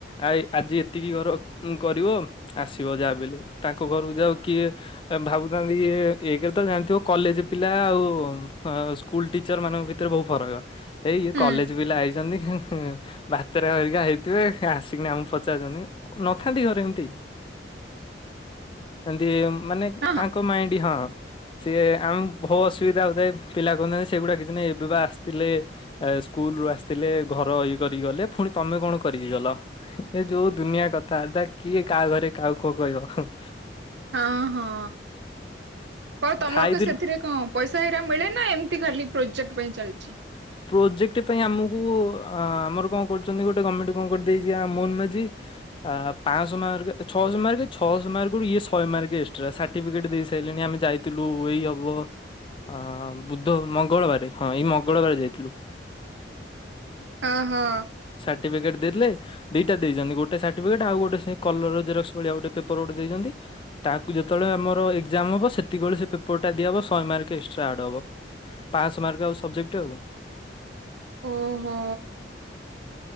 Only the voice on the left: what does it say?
ଆ ଆଜି ଏତିକି ଘର କରିବ ଆସିବ ଯାହା ବେଲେ ତାଙ୍କ ଘରକୁ ଯାଉ କିଏ ଭାବୁଥାନ୍ତି ଇ ଏଇରେ ତ ଜାଣିଥିବ କଲେଜ ପିଲା ଆଉ ହଁ ସ୍କୁଲ ଟିଚର ମାନଙ୍କ ଭିତରେ ବହୁତ ଫରକ ଏଇ ଇଏ
କଲେଜ
ପିଲା ଆଇଛନ୍ତି। ବାତରା କରିକା ହେଇଥିବେ ଆସିକି ଆମକୁ ପଚାରୁଛନ୍ତି ନଥାନ୍ତି ଘରେ ଏମତି? ଏମିତି ମାନେ
ଆଙ୍କ ମାଇଣ୍ଡ ହଁ ସିଏ ଆମ ବହୁ ଅସୁବିଧା ହଉଥାଏ। ପିଲା କହୁଥାନ୍ତି ସେଗୁଡ଼ାକ କିଛି ନାହିଁ ଏବେ ବା ଆସିଥିଲେ। ସ୍କୁଲ ରୁ ଆସିଥିଲେ ଘର ଇଏ କରିକି ଗଲେ ପୁଣି ତମେ କଣ କରିକି ଗଲ। ଏ ଯୋଉ ଦୁନିଆ କଥା ତା କିଏ କାହା ଘରେ କାହା କ କହିବ ଆଉ
ଥାଇଥିଲୁ
ପ୍ରୋଜେକ୍ଟ ପାଇଁ ଆମକୁ ଆମର କଣ କରୁଛନ୍ତି ଗୋଟେ ଗଭର୍ଣମେଣ୍ଟ କଣ କରିଦେଇଛି ମୋହନ ମାଝି ଆ ପାଞ୍ଚଶହ ମାର୍କ ଛଅଶହ ମାର୍କ ଛଅଶହ ମାର୍କରୁ ଇଏ ଶହ ମାର୍କ ଏକ୍ସଟ୍ରା ସା ଟ ଦେଇ ସାରିଲେଣି ଆମେ ଯାଇଥିଲୁ ଏଇ ହବ ଅ ବୁଦ୍ଧ ମଙ୍ଗଳବାର ହଁ ଏଇ ମଙ୍ଗଳବାର ଯାଇଥିଲୁ।
ସାର୍ଟିଫିକେଟ ଦେଲେ। ଦିଟା ଦେଇଛନ୍ତି ଗୋଟେ ସାର୍ଟିଫିକେଟ ଆଉ ଗୋଟେ କଲରର ଭଳିଆ ଗଟେ ପେପର ଗୋଟେ ଦେଇଛନ୍ତି। ତାକୁ ଯେତେବେଳେ ଆମର ଏକ୍ଜାମ ହବ ସେତିକବେଳେ ସେ ପେପରଟା ଦିଆହବ ଶହେ ମାର୍କ ଏକ୍ସଟ୍ରା ଆଡ୍ ହବ। ପାସ ମାର୍କ ଆ ସବଜେକ୍ଟ ଆଉ।